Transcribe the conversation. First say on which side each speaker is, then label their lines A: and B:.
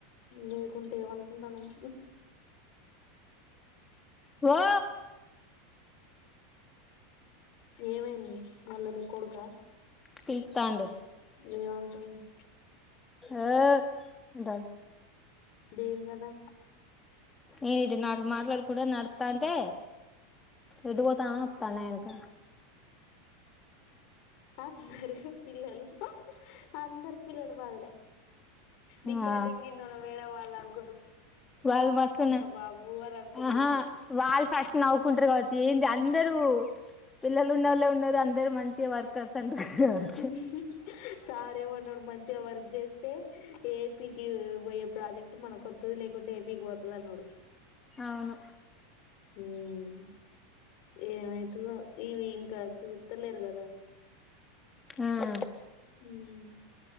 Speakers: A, on the left; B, on the left.
A: లేకుంటే ఏమనుకుంటానావ్
B: ఓ
A: ఏమైంది మళ్ళ నీ కొడుక
B: పిలుత్తాండు
A: ఏమంటుంది <inaudible>
B: ఆ ఉంట
A: డేరు కదా
B: ఏనుంటి నాడు మాట్లాడకుండా నడుస్తా అంటే ఎటు పోత అని వత్తాండూ ఎనక
A: అందరకి పిల్లలు అందరు పిల్లలు బాధలే రికార్డింగ్న్న
B: ఆ
A: వేయడం వాళ్ళ అను
B: వాళ్ళు వస్తున్న
A: బాబు అని అనుకుంటారు
B: ఆహా వాళ్ళు ఫస్ట్ నవ్వుకుంటారు కావచ్చు ఏంటి అ అందరు పిల్లలు ఉన్నళ్ళ ఉన్నారు అందరు మంచి వర్కర్స్ అంటారు కావచ్చు
A: <inaudible> సారేమన్నాడు మంచిగా వర్క్ చేస్త ఏ ఏపీకి పోయే ప్రాజెక్ట్ మనకుొతుది లేకుంటే ఏపీకి పోతుంది అన్నాడు
B: అవును
A: ఉమ్ ఏమైతదో ఇవి ఇంకా చూతలేరు కదా
B: ఆఆ
A: హ